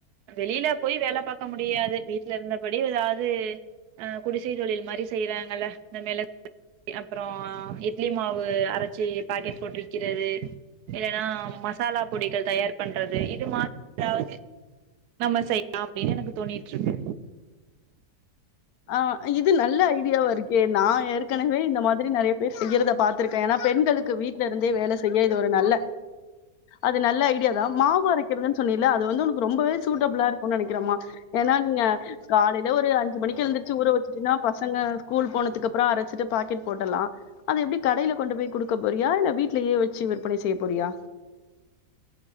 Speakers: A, on the right; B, on the left.
A: வெளியில போய் வேலப் பாக்க முடியாது வீட்டுல இருந்தபடி எதாவத் <unintelligible> ஆ குடிசை தொழில் மாரி செய்யறாங்கல இந்த மிள <inaudible> அப்றோ இட்லி மாவு அரைச்சி பாக்கெட் போட்டு வக்கிறது இல்லன்னா மசாலா பொடிகள் தயார் பண் றது இது மாத் ஏதாவது நம்ம செய்யலா அப்டின்னு எனக்கு தோணிட்ருக்கு
B: ஆ, இது நல்ல ஐடியாவா இருக்கே நா ஏற்கனவே இந்த மார் இதுலயு நெறைய பேர் செய்யுறத பாத்திருக் தேன்னா பெண்களுக்கு வீட்ல இருந்தே வேல ஸ் செய்ய இது ஒரு நல்ல அது நல்ல ஐடியா தா மாவு அரைக்கிறதுன்னு சொன்னீல அது வந்து உனக்கு ரொம்பவே சூட்டபுளா இருக்கும்னு நெனைக்கிறேமா ஏன்னா நீங்க காலையில ஒரு அஞ்சு மணிக்கு <unintelligible> ச்சு ஊற வச்சுட்டின்னா பசங்க ஸ்கூல் போனதுக்கு அப்பறோ அரைச்சிட்டு பாக்கெட் போட்டலா அது எப்டி கடையில கொண்டு போய் குடுக்க போறியா இல்ல வீட்லயே வச்சு விற்பனை செய்ய போறியா